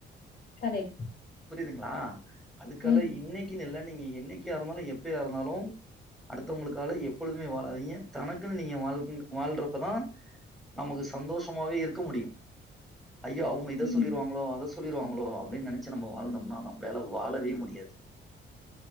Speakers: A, on the left; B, in the centre.
A: கரெக்ட்
B: புரியுதுங்களா அதுக்கால
A: ம்
B: இன்னைக் கீன் இல்ல நீங்க என்னைக்கா இருந்தாலு எப்பயா இருந்தாலு அடுத்தவங்களுக்கால எப்பொழுதுமே வாழாதீங்க தனக்குன் நீங்க வாழ்றப்பதா நமக்கு சந்தோஷமாவே இருக்க முடியு ஐயோ அவ்ங்க இத
A: ம்
B: சொல்லிருவாங்களோ அத சொல்லிருவாங்களோ அப்டின் நெனச்சு நம்ம வாழ்ந்தோம்னா நம்மளால வாழவே முடியாது